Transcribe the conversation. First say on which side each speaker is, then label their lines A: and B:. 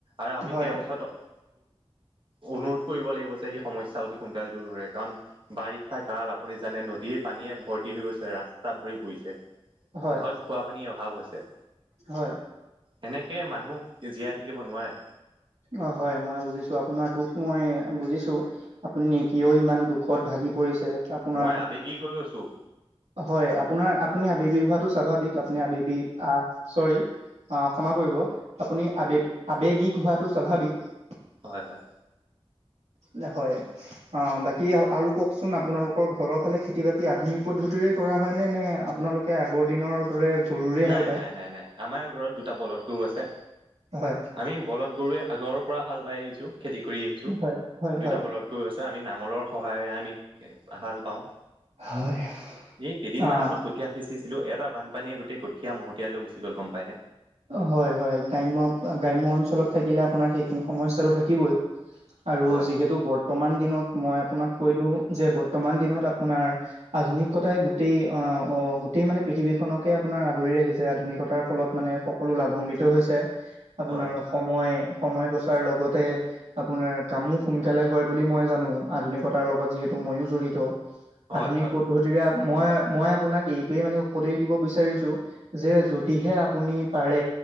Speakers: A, on the right (about 50°); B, on the right (about 85°).
A: আৰু আমি
B: হয়
A: তেওঁৰ ওচৰত অনুৰোধ কৰিব লাগিব যে এই সমস্যা অতি সোনকালে দূৰ কৰেৰে কাৰণ বাৰিষা কাল আপুনি জানে নদীৰ পানীয়ে ভৰ্তি হৈ গৈছে, ৰাস্তা ভৰি পৰিছে।
B: হয়
A: ঘৰত খোৱাপানীৰ অভাৱ হৈছে।
B: হয়।
A: এনেকৈ মানুহ জীয়াই থাকিব নোৱাৰে।
B: অ' হয় মই বুজিছোঁ। আপোনাৰ দুখ মই বুজিছোঁ। আপুনি কিয় ইমান দুখত ভাগি পৰিছে। আপোনাৰ
A: মই আবেগিক হৈ গৈছোঁ।
B: হয় আপোনাৰ আপুনি আববিক হোৱাটো স্বাভাৱিক, আপুনি আবেবিক আ, চৰি। আ, ক্ষমা কৰিব। আপুনি আবেগ আবেগিক হোৱাটো স্বাভাৱিক।
A: হয় হয়।
B: নহয়। অ' বাকী আৰু কওকচোন আপোনালোকৰ ঘৰৰফালে খেতি বাতি আধুনিক পদ্ধতিৰে কৰা হয় নে নে আপোনালোক তে আগৰ দিনৰ দৰে গৰুৰে হাল
A: নাই
B: বায়
A: নাই নাই নাই, আমাৰ ঘৰত দুটা বলধ গৰু আছে,
B: হয়
A: আমি বলধ গৰুৰে আগৰ পৰা হাল বাই আহিছোঁ, খেতি কৰি আহিছোঁ,
B: হয় হয়
A: দুইটা
B: হয়
A: বলত গৰু আছে, আমি নাঙলৰ সহায়ৰে আমি হাল বাওঁ।
B: হয়
A: এই কেইদিনমান
B: অ
A: আগত কঠীয়া সিঁচিছিলোঁ, এটা বানপানীয়ে গোট গোটেই কঠীয়া মহতিয়ালৈ গুচি গ'ল গ'ম পাইনে?
B: হয় হয়, গ্ৰাম্য গ্ৰাম্য অঞ্চলত থাকিলে আপোনাৰ সেইখিনি সমস্যাটো থাকিবই। আৰু
A: হয়
B: যিহেতু বৰ বৰ্তমান দিনত মই আপোনাক কৈ দিওঁ যে বৰ্তমান দিনত আপোনাৰ আধুনিকতাই গোটেই আ, অ' গোটেই মানে পৃথিৱীখনকে আপোনাৰ আৱৰি ৰাখিছে আধুনিকতাৰ ফলত মানে সকলো লাভান্বিত হৈছে, আপোনাৰ
A: হয়
B: সময় সময় বচাৰ লগতে আপোনাৰ কামো সোনকালে হয় বুলি মই জানো, আধুনিকতাৰ লগত যিহেতু ময়ো জড়িত।
A: হয়
B: আধুনিক
A: হয়
B: পদ্ধতিৰে মই মই আপোনাক এইটোৱে মানে উপদেশ দিব বিচাৰিছোঁ যে যদিহে আপুনি পাৰে